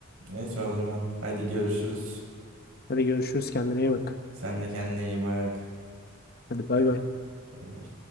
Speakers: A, on the right (about 75°); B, on the left (about 45°).
A: neyse o zaman. Hadi görüşürüz.
B: Hadi görüşürüz kendine iyi bak.
A: Sen de kendine iyi bak.
B: Hadi bay bay.
A: Bay bay.